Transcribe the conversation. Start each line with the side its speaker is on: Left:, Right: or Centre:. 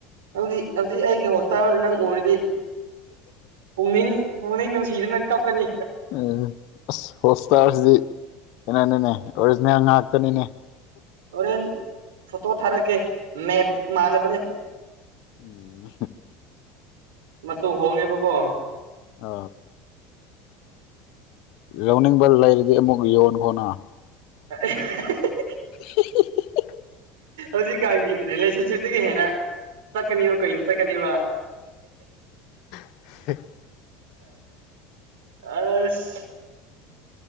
Right: ꯍꯧꯗꯤ ꯍꯧꯛ ꯑꯩꯒꯤ ꯍꯣꯁꯇꯥꯜ ꯅꯪ ꯎꯔꯤ ꯍꯥꯏꯗꯤ ꯄꯨꯛꯅꯤꯡ ꯄꯨꯛꯅꯤꯡ ꯅꯨꯡꯁꯤꯗꯅ ꯀꯞꯄꯅꯤ
Left: ꯎꯝ ꯍꯁꯁꯤꯗꯤ ꯀꯩꯅꯅꯤꯅꯦ ꯑꯣꯔꯤꯖꯤꯅꯦꯜ ꯉꯥꯛꯇꯅꯤꯅꯦ
Right: ꯍꯣꯔꯦꯟ ꯐꯣꯇꯣ ꯊꯥꯔꯛꯒꯦ ꯃ ꯃꯥꯂꯕꯅꯤ
Left: ꯎꯝ
Right: ꯃꯆꯨ ꯍꯣꯡꯉꯦꯕꯀꯣ
Left: ꯑ ꯂꯧꯅꯤꯡꯕ ꯂꯩꯔꯗꯤ ꯑꯃꯨꯛ ꯌꯣꯟ ꯈꯣꯠꯅ
Right: <unintelligible>
Left: <unintelligible>
Right: ꯍꯧꯖꯤꯛꯀꯥꯟꯒꯤ ꯔꯤꯂꯦꯁꯟꯁꯤꯞꯇꯒꯤ ꯍꯦꯟꯅ ꯇꯀꯅꯤ ꯋꯥ ꯀꯩꯅ ꯇꯀꯅꯤ ꯋꯥ
Left: <unintelligible>
Right: ꯑꯁ